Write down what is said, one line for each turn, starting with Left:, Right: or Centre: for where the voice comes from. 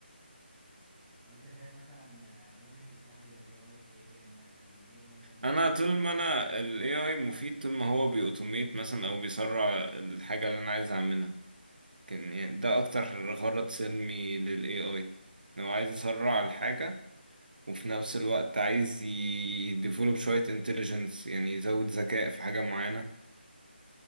Centre: او انت شايف مثلا آه، ممكن تستخدم الاي اي في ايه تاني مثلا غير مثلا ان
Right: انا
Centre: هو يكتب
Right: طول
Centre: لك
Right: ما انا ال AI مفيد طول ما هو بيأوتوميت مثلا او بيسرع الحاجة اللي انا عايز اعملها كان يعني ده اكتر غرض سلمي لل AI إن هو عايز يسرع الحاجة وفي نفس الوقت عايز يديفولوب شوية انتليجنس يعني يزود ذكاء في حاجة معينة